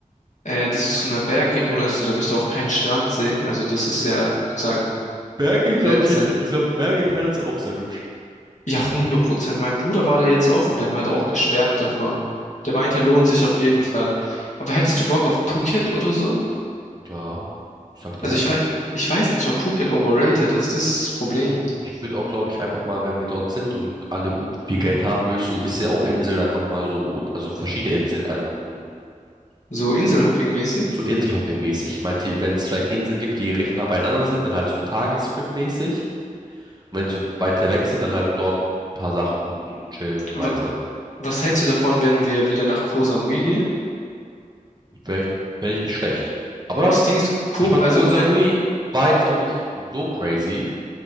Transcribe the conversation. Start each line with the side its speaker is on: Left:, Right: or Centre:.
Left: Äh, das ist so eine Bergregion, also da wirst du auch keinen Strand sehen. Also das ist ja, sagen,
Right: Berge, glaube
Left: sehr zent
Right: ich, in- ich glaube, Berge in Thailand sind auch sehr hübsch.
Left: ja, 100 Prozent. Mein Bruder war da jetzt auch und der hat auch geschwärmt davon. Der meinte, lohnt sich auf jeden Fall. Aber hättest du Bock auf Phuket oder so?
Right: Ja, ich sag dir
Left: Also
Right: ehrlich.
Left: ich weiß, ich weiß nicht, ob Phuket overrated ist. Das ist das Problem.
Right: Ich würde auch, glaube ich, einfach mal, wenn wir dort sind und alle gut viel Geld haben, würde ich so ein bisschen auch Inseln einfach mal so, und also verschiedene Inseln angucken.
Left: So Inselhopping-mäßig.
Right: So Inselhopping-mäßig. Ich meinte, wenn es vielleicht Inseln gibt, die recht nah beieinander sind, dann halt so ein Tagestrip-mäßig. Und wenn sie weiter weg sind, dann halt dort ein paar Sachen buchen, chillen und so
Left: Wa-
Right: weiter.
Left: Was hältst du davon, wenn wir wieder nach Koh Samui gehen?
Right: Wäre ich, wär ich nicht schlecht. Aber
Left: Und das Ding ist, Koh,
Right: ich fand
Left: also
Right: Koh
Left: nein,
Right: Samui war jetzt auch nicht so crazy.